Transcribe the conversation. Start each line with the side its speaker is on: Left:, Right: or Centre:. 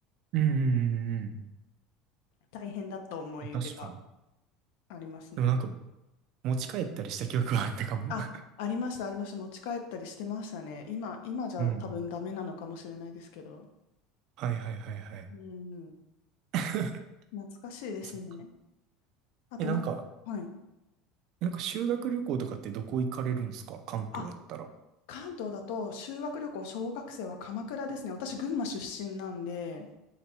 Right: うんうんうんうんうんうん
Left: 大変だった思い出が
Right: うん確かに。
Left: ありますね。
Right: でもなんか持ち帰ったりした記憶はあったかも。
Left: あ、
Right: <laughs>
Left: ありました、ありました。持ち帰ったりしてましたね。今、今じゃ多分ダメなのかもしれないですけど。
Right: うんはいはいはいはい。
Left: うん、
Right: <laughs>
Left: 懐かしいですね。
Right: そう
Left: あとなんか、
Right: え、なんか、
Left: はい。
Right: なんか修学旅行とかってどこ行かれるんですか関東やったら。
Left: あ、関東だと修学旅行、小学生は鎌倉ですね。私、群馬出身なんで、